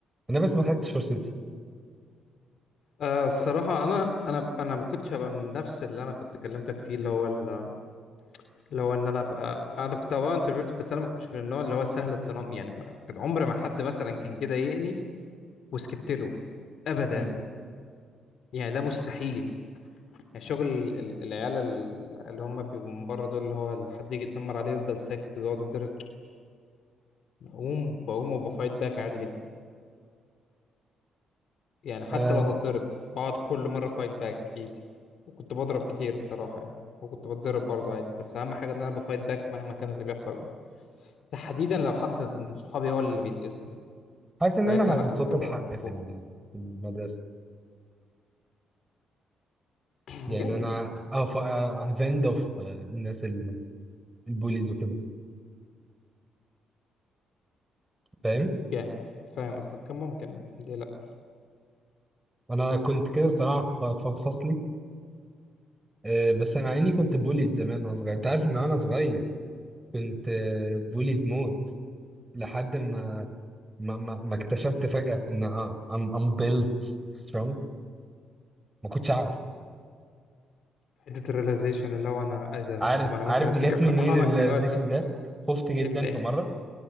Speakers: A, on the right; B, on the left.
A: انا بس ما خدتش فرصتي
B: آه الصراحه انا انا انا ما كنتش هبقى من نفس اللي انا كنت كلمتك فيه اللي هو ال- اللي هو ان انا ابقى انا كنت هبقى انترفيرت بس انا ما كنتش من النوع اللي هو سهل التنمر يعني ما- كان عمر ما حد مثلا كان جه ضايقني وسكت له ابدا
A: مم.
B: يعني ده مستحيل يعني شغل ال- ال- العيال ال- اللي هم بيبقوا من بره دول اللي هو حد يجي يتنمر عليه يفضل ساكت ويقعد يتضرب بقوم بقوم وبفايت باك عادي جدا يعني حتى
A: آم،
B: لو هتضرب بقعد كل مرة فايت باك ايزي وكنت بضرب كتير الصراحة يعني وكنت بتضرب برضه عادي بس أهم حاجة إن أنا بفايت باك مهما كان اللي بيحصل تحديدا لو حد من صحابي هو اللي بيتأذي
A: حاسس ان
B: ساعتها
A: انا
B: أنا
A: هبقى
B: كنت
A: صوت
B: ب-
A: الحق
B: بفور
A: في ال- في المدرسه
B: <clears throat>
A: يعني
B: جايز
A: انا هف- هفند اوف الناس ال- البوليز وكده فاهم
B: جاي فاهم قصدك كان ممكن ليه لأ
A: انا كنت كده الصراحه في في فصلي آه، بس مع اني كنت بوليد زمان وانا صغير انت عارف ان انا صغير كنت آه، بوليد موت لحد ما ما ما, ما اكتشفت فجأة ان اه I'm, I'm built strong ما كنتش اعرف
B: حتة الريلايزيشن اللي هو أنا إيه ده،
A: عارف
B: أنا- طب أنا
A: عارف
B: ممكن أمسكك
A: دي جت منين
B: أطحنك
A: الريلايزيشن
B: دلوقتي
A: ده خفت جدا
B: إيه من إيه
A: في مرة